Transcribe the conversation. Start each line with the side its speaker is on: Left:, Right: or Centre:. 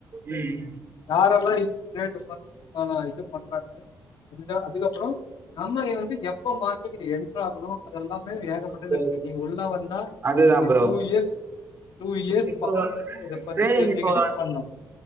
Right: ம்
Left: யாரெல்லா இது பின்னாடி உக்காந்து இதுக்கான இது பண்றாங்க அதுத அதுக்கப்புற நம்ம வந்து எ ப்ப வந்து எப்ப மார்கெட் என்டர் ஆகணும் அது எல்லாமே ஏகப்பட்டது
Right: ஓகே
Left: இருக்கு நீங்க உள்ள வந்தா
Right: அதுதா
Left: ஒரு
Right: bro
Left: two years two years
Right: இப்போ
Left: பக்கம் இத பத்தி
Right: ட்ரேடிங்
Left: தெரிஞ்சுக்கிட்டு
Right: இப்போ
Left: பண்ணு